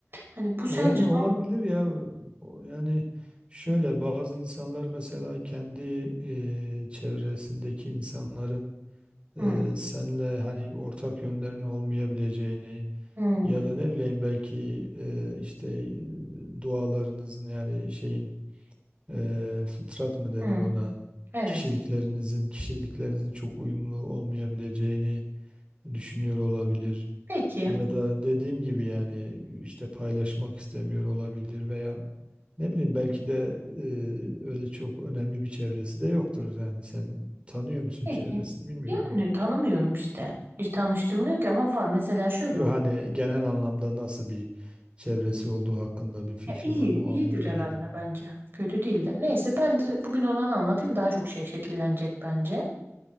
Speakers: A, on the right (about 50°); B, on the right (about 25°).
A: Hani bu sence
B: Yani olabilir ya o yani şöyle bazı insanlar mesela kendi e, çevresindeki insanların
A: Hı.
B: e, senle hani ortak yönlerin olmayabileceğini
A: Hmm,
B: Ya da ne bileyim belki e, işte e, dualarınızın yani şeyin e, fıtrat mı denir
A: hmm,
B: ona
A: evet.
B: kişiliklerinizin kişiliklerinizin çok uyumlu olmayabileceğini düşünüyor olabilir.
A: Peki.
B: Ya da dediğim gibi yani işte paylaşmak istemiyor olabilir veya ne bileyim belki de e, öyle çok önemli bir çevresi de yoktur. Yani sen tanıyor musun
A: Peki.
B: çevresini bilmiyorum.
A: Yani tanımıyorum işte. Hiç tanıştırmıyor ki ama var. Mesela şöyle
B: Yok
A: oldu.
B: hani genel anlamda nasıl bir çevresi olduğu hakkında bir fikrin
A: Ya iyi,
B: var mı?
A: iyidir
B: O anlamda
A: herhalde
B: dedim.
A: bence. Kötü değildir. Neyse ben de bugün olanı anlatayım. Daha çok şey şekillenecek bence.